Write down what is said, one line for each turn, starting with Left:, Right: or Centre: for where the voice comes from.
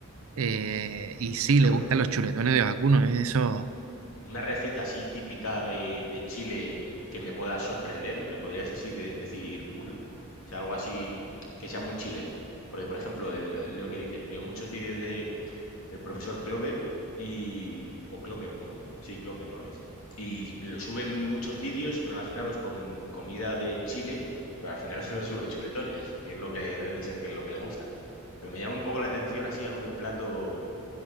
Right: eh, y sí,
Left: Pero
Right: le gustan los chuletones
Left: una,
Right: de vacuno, eso.
Left: Una receta así típica de, de Chile que me pueda sorprender, ¿me podrías así de- decir una? O sea, algo así que sea muy chileno. Porque, por ejemplo, el- lo que dices, veo muchos vídeos de, del profesor Clover y... o Clocker, como... Sí, Clocker, ¿no es? Y lo suben muchos vídeos relacionados con comida de Chile, pero al final <laughs> solo sube chuletones, que es lo que debe de ser que es lo que le gusta. Pero me llama un poco la atención así algún plato